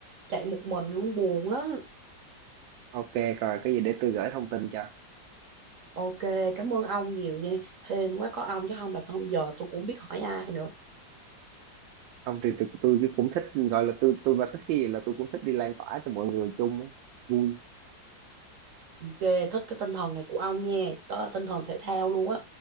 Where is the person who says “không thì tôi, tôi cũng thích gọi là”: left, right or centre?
Right